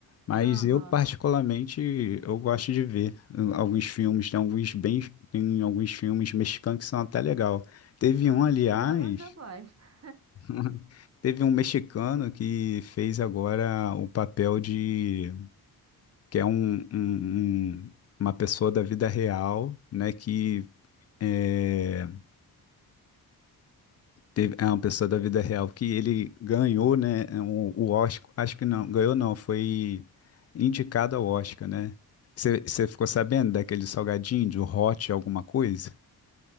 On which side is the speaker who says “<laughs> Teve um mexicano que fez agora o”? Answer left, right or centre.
Left